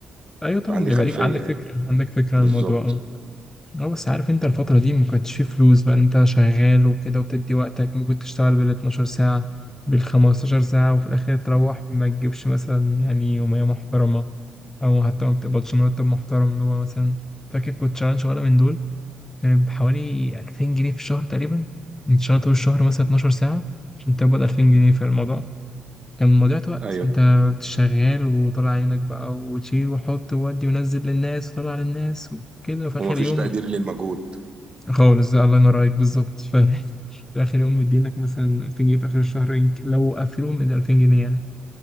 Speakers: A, on the left; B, on the right.
A: ايوه طبعا
B: فعندي
A: اللي
B: خلفية
A: بالك عندك فكره
B: يعني
A: عندك فكره
B: بالظبط
A: عن الموضوع اه اه بس عارف انت الفتره دي ما كانتش فيه فلوس بقى انت شغال وكده وبتدي وقتك ممكن تشتغل بال 12 ساعه بال 15 ساعه وفي الاخر تروح ما تجيبش مثلا يعني يوميه محترمه او حتى ما بتقبضش مرتب محترم اللي هو مثلا فاكر كنت شغال شغاله من دول كانت بحوالي 2000 جنيه في الشهر تقريبا انت شغال طول الشهر مثلا 12 ساعه عشان تقبض 2000 جنيه في الموضوع كان مضيعة وقت
B: ايوه
A: انت شغال وطلع عينك بقى وتشيل وحط وودي ونزل للناس وطلع للناس وكده وفي
B: ومفيش
A: اخر يوم
B: تقدير للمجهود
A: خالص ده الله ينور عليك بالظبط ف- <laughs> في اخر يوم مدينك مثلا 2000 جنيه في اخر الشهر يمكن- لو قفلوهم من 2000 جنيه يعني